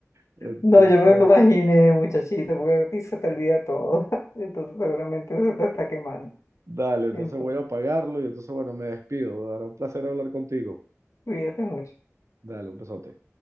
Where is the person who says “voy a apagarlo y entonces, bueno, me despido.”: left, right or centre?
Right